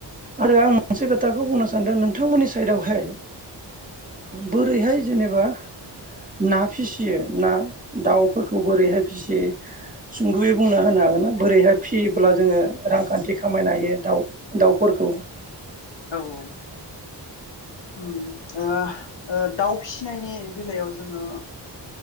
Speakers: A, on the right; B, on the left.
A: आरो आं मोनसे खोथाखौ बुंनो सानदों नोंथांमोननि साइडावहाय बोरैहाय जेनेबा ना फिसियो ना दाउफोरखौ बोरैहाय फिसियो सुंद'यै बुंना होनो हागोन ना? बोरैहाय फिसियोब्ला जोङो रांखान्थि खामायनो हायो दाउ दाउफोरखौ
B: औ औ दाउ उम ओ ओ फिसिनायनि बेलायाव जोङो